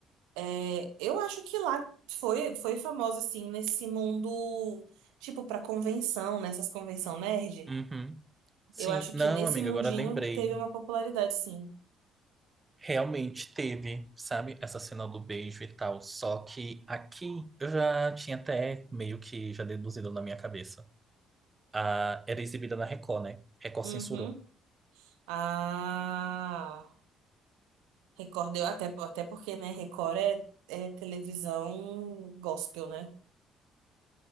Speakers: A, on the right; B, on the right.
A: é, eu acho que lá foi, foi famosa, assim, nesse mundo, tipo, pra convenção, nessas convenção nerd.
B: Uhum. Sim,
A: Eu acho que
B: não,
A: nesse
B: amiga,
A: mundinho
B: agora lembrei.
A: teve uma popularidade, sim.
B: Realmente teve, sabe, essa cena do beijo e tal. Só que aqui eu já tinha até meio que já deduzido na minha cabeça. Ah, era exibida na Record, né? Record
A: Uhum.
B: censurou.
A: Ah, Record, deu- até, até porque, né, Record é, é televisão gospel, né?